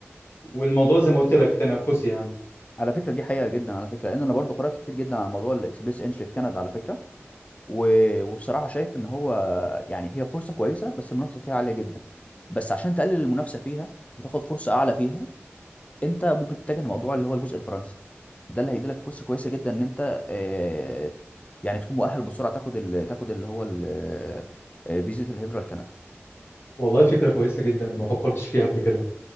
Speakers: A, on the left; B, on the left.
A: والموضوع زي ما قلت لك تنافسي يعني
B: على فكرة دي حقيقة جدا على فكرة لأن أنا برضو قرأت كتير جدا على موضوع الإكسبريس إنتري في كندا على فكرة و... وبصراحة شايف إن هو يعني هي فرصة كويسة بس المنافسة فيها عالية جدا بس عشان تقلل المنافسة فيها وتاخد فرصة أعلى فيها أنت ممكن تتجه لموضوع اللي هو الجزء الفرنسي ده اللي هيديلك فرصة كويسة جدا إن أنت آه... يعني تكون مؤهل بسرعة تاخد ال... تاخد اللي هو ال... آه، فيزيت الهجرة لكندا
A: والله فكره كويسه جدا ما
B: مم.
A: فكرتش فيها قبل كده